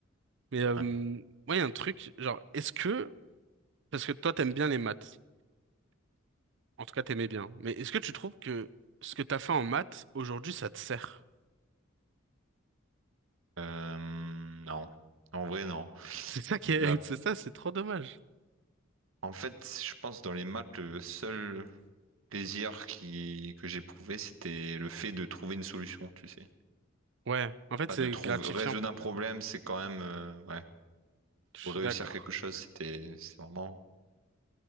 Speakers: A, on the right (about 60°); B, on the right (about 75°).
A: Mais euh,
B: Ouais.
A: ouais, il y a un truc, genre, est-ce que... Parce que toi, t'aimes bien les maths. En tout cas, t'aimais bien. Mais est-ce que tu trouves que ce que t'as fait en maths, aujourd'hui, ça te sert?
B: Euh, non, en vrai non.
A: C'est ça qui
B: Là,
A: est, <laughs> c'est ça, c'est trop dommage.
B: en fait, je pense dans les maths, le seul plaisir qui que j'éprouvais, c'était le fait de trouver une solution, tu sais.
A: Ouais, en fait,
B: Enfin,
A: c'est
B: de trouver
A: gratifiant.
B: résoudre un problème, c'est quand même euh, ouais.
A: Je suis
B: Ou réussir
A: d'accord.
B: quelque chose, c'était c'est vraiment.